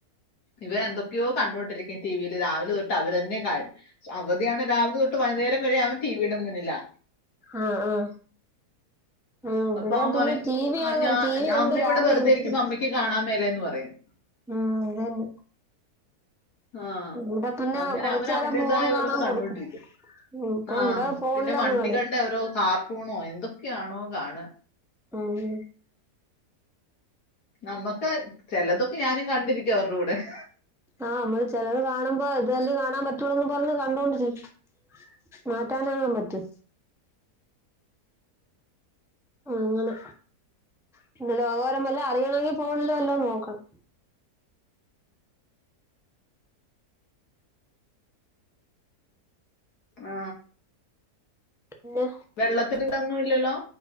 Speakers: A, on the left; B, in the centre.
A: ഇവർ എന്തൊക്കെയോ കണ്ടോണ്ടിരിക്കും ടിവില് രാവിലെ തൊട്ട് അവരന്നെ അവധിയാണ് രാവിലെ തൊട്ട് വൈകുന്നേരം ഴേ അവൻ ടീവീട മുന്നിലാ
B: ആഹ് ആഹ് ആഹ് ഇവിടെ
A: അപ്പൊ അവൻ
B: പിന്നെ
A: പറയും
B: ടി വി
A: ആ
B: ആകാൻ
A: ഞാ
B: ടി വി ഉണ്ട്
A: അമ്മ ഇവിടെ
B: ചാർജ്
A: വെറുതൊയിരിക്കുബോ
B: ചെയ്തിട്ടില്ല
A: അമ്മയ്ക്ക് കാണാൻ മേലെന്ന് പറയും.
B: ഉം അതന്നെ
A: ആഹ്
B: ഇവിടെ പിന്നെ
A: അങ്ങനെ
B: കൊറച്ചു
A: അവൻ
B: നേരം
A: അവന്റേതായ
B: ഫോൺ കാണാൻ
A: ഓരോന്ന് കണ്ടൊണ്ടിരിക്കും
B: കൊടുക്കും ഇപ്പൊ
A: ആഹ്
B: ഇവിടെ ഫോണിലാണ്
A: പിന്നെ വണ്ടികളുടെ
B: കളി
A: ഓരോ കാർ- ട്ടൂണോ എന്തൊക്കെയാണോ കാണ
B: ആഹ്
A: നമ്മക്ക് ചിലതൊക്കെ ഞാനും കണ്ടിരി ചോറിനു കൂടെ-
B: ആഹ് നമ്മള് ചെലത് കാണുമ്പോ ഇത് തന്നെ കാണാൻ പറ്റുള്ളൂന്ന് പറഞ്ഞ് കണ്ടോണ്ടിരിക്കും മാറ്റാനാകൻ പറ്റുവോ. അങ്ങനെ പിന്നെ ലോകവിവരം വല്ലോ അറിയണമെങ്കി ഫോണില് വല്ലോ നോക്കണം.
A: ആ
B: പിന്നെ
A: വെള്ളത്തിയിവിടങ് ന്നുല്ലല്ലോ?